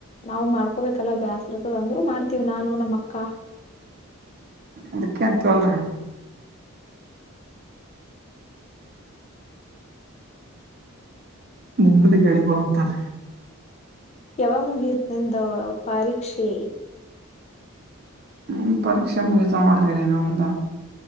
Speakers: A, on the left (about 30°); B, on the right (about 45°).
A: ನಾವು ಮಾಡ್ಕೋಬೇಕಲ್ಲ ಬ್ಯಾಸರ ಆ ರ್ತದಂದ್ರರು ಮಾಡ್ತೀವಿ ನಾನು ನಮ್ಮ ಅಕ್ಕ.
B: ಅದಕ್ಕೆಂತೋಲ್ರ ನಿ್ದಲ ಕೆಳಗ ಅಂತಾರ
A: ಯಾವ ಮುಗಿಯತ್ನೆಂದ ಪಾರೀಕ್ಷೆ
B: ಹ್ಮ ಪರೀಕ್ಷೆ ಮುಗಿತಾ ಮಾಡ್ರ ಏನ ಅಂತ